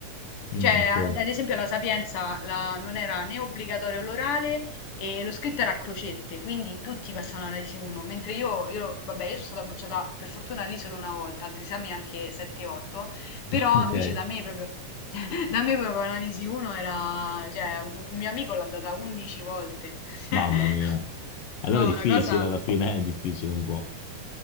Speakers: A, on the left; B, on the left.
A: Mm,
B: Cioè,
A: ok,
B: ad ad esempio, la Sapienza la- non era né obbligatorio l'orale e lo scritto era a crocette, quindi tutti passavano all'AISI 1, mentre io, io, vabbè, io sono stata bocciata per fortuna lì solo una volta, altri esami anche 7-8, però
A: ok.
B: invece da me proprio, <laughs> da me proprio analisi 1 era, cioè, un un mio amico l'ha data 11 volte. <laughs>
A: Mamma mia. Allora
B: No,
A: è difficile,
B: una cosa...
A: alla fine è difficile un po'.